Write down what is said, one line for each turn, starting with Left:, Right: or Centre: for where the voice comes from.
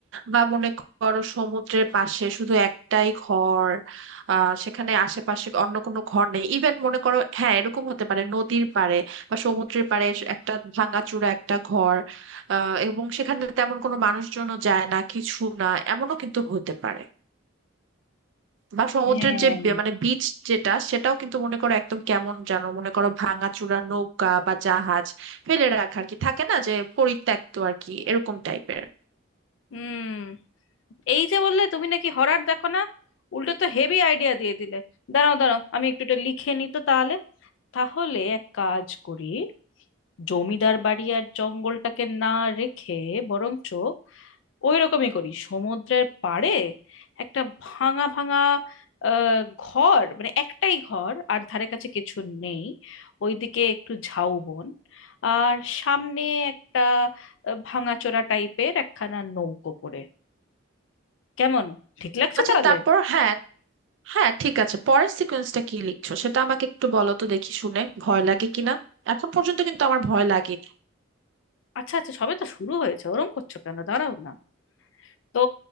Right: বা মনে করো সমুদ্রের পাশে শুধু একটাই ঘর আহ সেখানে আশেপাশে অন্য কোনো ঘর নেই ইভেন মনে করো হ্যাঁ এরকম হতে পারে নদীর পাড়ে বা সমুদ্রের পাড়ে একটা ভাঙাচোরা একটা ঘর আহ এবং সেখানে তেমন কোনো মানুষজনও যায় না কিছু না এমনও কিন্তু হতে পারে বা সমুদ্রের
Left: হ্যাঁ
Right: যে বে- মানে বিচ যেটা সেটাও কিন্তু মনে করো একদম কেমন যেন মনে করো ভাঙাচোরা নৌকা বা জাহাজ ফেলে রাখা আর কি থাকে না যে পরিত্যক্ত আর কি এরকম টাইপের
Left: হুম এই যে বললে তুমি নাকি হরর দেখো না উল্টো তো হেভি আইডিয়া দিয়ে দিলে দাঁড়াও দাঁড়াও আমি একটু এটা লিখে নিই তো তাহলে তাহলে এক কাজ করি জমিদার বাড়ি আর জঙ্গলটাকে না রেখে বরঞ্চ ওই রকমই করি সমুদ্রের পাড়ে একটা ভাঙা ভাঙা আহ, ঘর মানে একটাই ঘর আর ধারে কাছে কিছু নেই ওইদিকে একটু ঝাউবন আর সামনে একটা আহ, ভাঙাচোরা টাইপের একখানা নৌকো পড়ে কেমন ঠিক লাগছে
Right: আচ্ছা
Left: তাহলে
Right: তারপর হ্যাঁ হ্যাঁ ঠিক আছে পরের সিকোয়েন্সটা কি লিখছো সেটা আমাকে একটু বলো তো দেখি শুনে ভয় লাগে কিনা এখন পর্যন্ত কিন্তু আমার ভয় লাগে
Left: আচ্ছা আচ্ছা সবে তো শুরু হয়েছে ওরম করছো কেন দাঁড়াও না তো